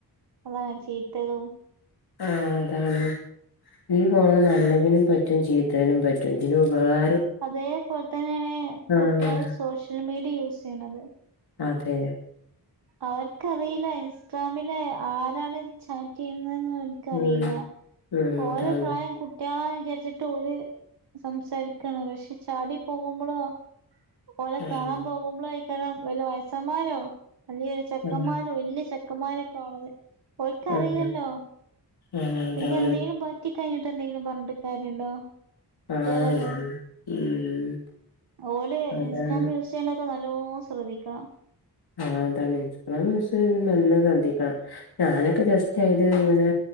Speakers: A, on the right; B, on the left.
A: അതാണ് ചീത്തതും
B: ആ അതാണ് ഈ ഫോണ് നല്ലതിനും പറ്റും ചീത്തതിനും പറ്റും ഇതില് ഉപകാ
A: അതേപോൽ തന്നെയാണ്
B: ആഹ്
A: കുട്ട്യാള് സോഷ്യൽ മീഡിയ യൂസെയ്യ്ണത്
B: അതേ
A: അവർക്കറിയില്ല ഇൻസ്റ്റാമില് ആരാണ് ഇത് ചാറ്റെയ്ന്നത് ന്ന്. എൻക്കറിയില്ല
B: ഉം ഉം
A: ഓലെ
B: അതാണ്
A: പ്രായം കുറ്റാന്ന് വിചാരിച്ചിട്ട് ഓല് സംസാരിക്കാണ് പക്ഷെ ചാടി പോകുമ്പോഴാേ ഓലെ
B: ആഹ്
A: കാണാൻ പോകുമ്പോളോയ്ക്കാരം വല്ല വയസ്സമ്മാരോ വല്ലിയൊരു ചെക്കന്മാർ
B: ആഹ്
A: വല്ല്യ ചെക്കന്മാരൊക്കെ ആണത് ഓല്ക് അറിയില്ലല്ലോ
B: ആഹ് ആഹ് അതാണ്
A: പിന്നെ എന്തെങ്കിലും പറ്റി കഴിഞ്ഞിട്ട് എന്തെങ്കിലും പറഞ്ഞിട്ട് കാര്യണ്ടോ കുട്ടികളല്ലേ
B: ആഹ് ഉം
A: ഓല്
B: അതാണ്
A: ഇൻസ്റ്റഗ്രാം യൂസ് ചെയ്യണൊക്കെ നല്ലോം ശ്രദ്ധിക്കണം
B: ആഹ് അതാണ് ഇൻസ്റ്റഗ്രാം യൂസ് നല്ലോം ശ്രദ്ധിക്കണം ഞാനൊക്കെ ജസ്റ്റ് അയില് ഇങ്ങനെ